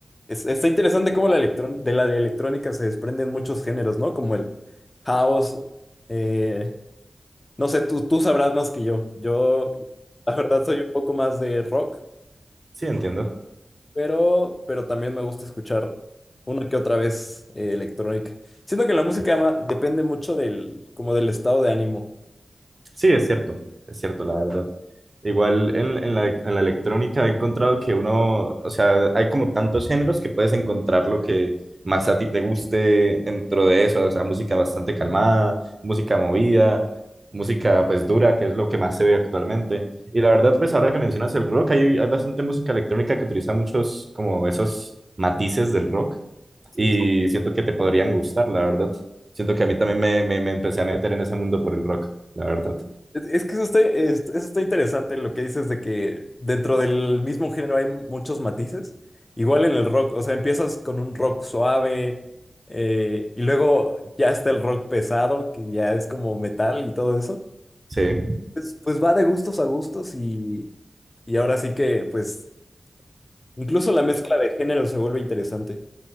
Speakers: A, on the left; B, on the right.
A: Es- está interesante cómo la electrón- de la de electrónica se desprenden muchos géneros, ¿no? Como el house. eh, no sé, tú, tú sabrás más que yo. Yo, la verdad, soy un poco más de rock.
B: Sí, entiendo.
A: pero, pero también me gusta escuchar una que otra vez eh, electrónica. Siento que la música ma- depende mucho del, como del estado de ánimo.
B: Sí, es cierto, es cierto, la verdad. Igual en, en la, en la electrónica he encontrado que uno, o sea, hay como tantos géneros que puedes encontrar lo que más a ti te guste dentro de eso, o sea, música bastante calmada, música movida, música pues dura, que es lo que más se ve actualmente. Y la verdad, pues ahora que mencionas el rock, hay, hay bastante música electrónica que utiliza muchos como esos matices del rock
A: Sí.
B: y siento que te podrían gustar, la verdad. Siento que a mí también me, me me empecé a meter en ese mundo por el rock, la verdad.
A: Es, es que eso está, es- eso está interesante lo que dices de que dentro del mismo género hay muchos matices. Igual en el rock, o sea, empiezas con un rock suave eh, y luego ya está el rock pesado, que ya es como metal y todo eso.
B: Sí,
A: Pues, pues va de gustos a gustos y, y ahora sí que pues Incluso la mezcla de género se vuelve interesante.